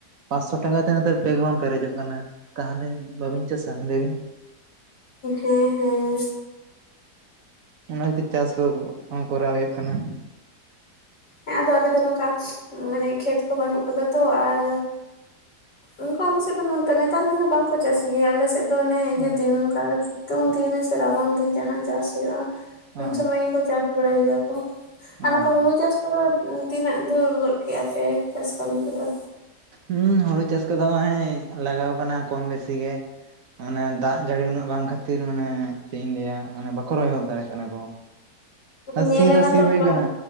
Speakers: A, on the right (about 60°); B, on the left (about 85°).
A: ᱯᱟᱸᱥ-ᱥᱚ ᱴᱟᱠᱟ ᱛᱮ ᱱᱮᱛᱟᱨ ᱵᱮᱜᱽ ᱵᱟᱝ ᱯᱮᱨᱮᱡᱚᱜ ᱠᱟᱱᱟ, ᱛᱟᱦᱟᱞᱮ ᱵᱟᱵᱤᱱ ᱪᱟᱥᱟ ᱞᱟᱹᱭ ᱵᱤᱱ?
B: ᱦᱮᱸ ᱦᱮᱸ᱾
A: ᱚᱱᱟ ᱠᱷᱟᱹᱛᱤᱨ ᱪᱟᱥ ᱠᱩ ᱠᱚᱨᱟᱣ ᱦᱩᱭᱩᱜ ᱠᱟᱱᱟ᱾
B: ᱦᱮᱸ ᱟᱫᱚ ᱟᱞᱮ ᱫᱚ ᱱᱚᱝᱠᱟ ᱢᱟᱱᱮ ᱠᱷᱮᱛ ᱠᱚ ᱵᱟᱹᱱᱩᱜ ᱠᱟᱫᱟ ᱛᱚ ᱟᱨ ᱚᱝᱠᱟ ᱟᱞᱮ ᱥᱮᱫ ᱫᱚ ᱱᱚᱱᱛᱮ ᱱᱮᱛᱟᱨ ᱫᱤᱱ ᱫᱚ ᱵᱟᱝᱠᱩ ᱪᱟᱥ ᱜᱮᱭᱟ ᱟᱞᱮ ᱥᱮᱫ᱾ ᱫᱚ ᱦᱟᱱᱮ ᱤᱭᱟᱹ
A: ᱦᱮᱸ
B: ᱫᱤᱱ ᱚᱱᱠᱟ ᱥᱤᱛᱩᱝ ᱫᱤᱱ ᱥᱮ ᱨᱟᱵᱟᱝ ᱫᱤᱱ ᱡᱟᱦᱟᱸ ᱪᱟᱥ ᱦᱩᱭᱩᱜᱼᱟ ᱩᱱ
A: ᱚ
B: ᱥᱳᱢᱳᱭ ᱜᱮ ᱠᱚ ᱪᱟᱥ ᱵᱟᱲᱟᱭ ᱜᱮᱭᱟ ᱠᱚ ᱟᱨ ᱱᱚᱝᱠᱟ
A: ᱚ
B: ᱦᱩᱲᱩ ᱪᱟᱥ <unintelligible> ᱛᱤᱱᱟᱹᱜ ᱫᱷᱩᱨ ᱜᱚᱫ ᱠᱮᱜᱼᱟᱯᱮ ᱪᱟᱥ ᱠᱟᱹᱢᱤ ᱠᱚ ᱫᱚ?
A: ᱦᱩᱸ ᱦᱳᱲᱳ ᱪᱟᱥ ᱠᱚ ᱫᱚ ᱦᱚᱸᱜ-ᱚᱭ ᱞᱟᱜᱟᱣ ᱠᱟᱱᱟ ᱠᱚᱢ ᱵᱮᱥᱤ ᱜᱮ, ᱢᱟᱱᱮ ᱫᱟᱜ ᱡᱟᱹᱲᱤ ᱩᱱᱟᱹᱜ ᱵᱟᱝ ᱠᱷᱟᱹᱛᱤᱨ ᱢᱟᱱᱮ ᱪᱮᱫ ᱤᱧ ᱞᱟᱹᱭᱟ ᱢᱟᱱᱮ ᱵᱟᱠᱚ ᱨᱚᱦᱦᱚᱭ ᱫᱟᱲᱮᱭᱟᱜ ᱠᱟᱱᱟ ᱠᱚ᱾ ᱩᱸᱷ ᱮ
B: ᱧᱮᱞᱮᱱᱟ
A: ᱥᱤ ᱫᱚ ᱥᱤ
B: ᱛᱚ
A: ᱦᱳᱭ
B: ᱚᱱᱠᱟ
A: ᱠᱟᱱᱟ